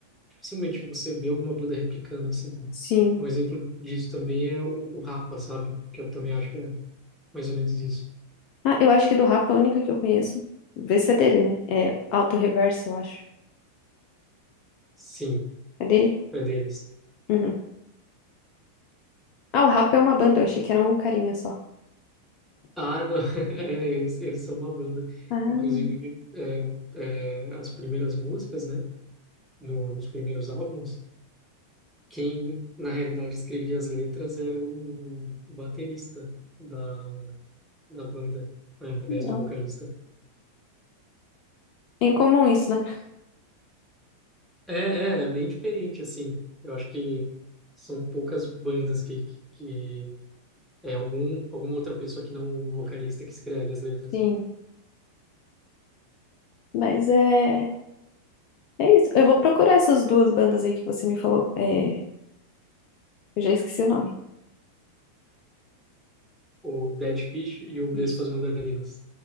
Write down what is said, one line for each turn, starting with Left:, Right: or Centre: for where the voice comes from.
Centre: Dificilmente você vê alguma banda replicando, assim.
Left: Sim.
Centre: Um exemplo disso também é o, o Rapa, sabe? Que eu também acho que é mais ou menos isso.
Left: Ah, eu acho que do rap é a única que eu conheço. Vê se é dele, né? É Auto Reverso, eu acho.
Centre: Sim,
Left: É dele?
Centre: é deles.
Left: Uhum. Ah, o rap é uma banda, eu achei que era um carinha só.
Centre: Ah, não, <laughs> é, eles, eles são uma banda.
Left: Ah,
Centre: Inclusive, é, é, as primeiras músicas, né? No, nos primeiros álbuns, quem na realidade escrevia as letras era o baterista da, da banda, né, ao
Left: que
Centre: invés
Left: legal.
Centre: do vocalista.
Left: É incomum isso, né?
Centre: É, é, é bem diferente, assim. Eu acho que são poucas bandas que, que, que- é algum, alguma outra pessoa que não o vocalista que escreve as letras.
Left: Sim. Mas é. É isso. Eu vou procurar essas duas bandas aí que você me falou. É... Eu já esqueci o nome.
Centre: O Dead Fish e o Vespas
Left: Isso.
Centre: Mandarinas.